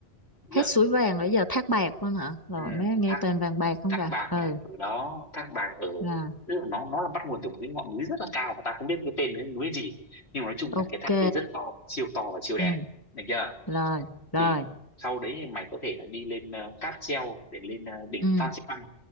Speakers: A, on the left; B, on the left.
A: được chưa
B: hết suối vàng rồi giờ thác bạc luôn hả rồi
A: ừ,
B: mới nghe
A: thác
B: toàn vàng bạc không
A: Thác
B: vậy
A: bạc
B: ừ
A: nha ở đó Thác bạc ở
B: rồi
A: tức là nó nó là bắt nguồn từ một cái ngọn núi rất là cao và ta không biết cái tên cái núi gì nhưng mà nói chung
B: ok
A: là cái thác đấy rất to siêu to và siêu đẹp
B: ừ
A: được chưa
B: rồi rồi
A: thì sau đấy thì mày có thể là đi lên ờ, cáp treo để lên ờ, đỉnh
B: ừ
A: Phan Xipang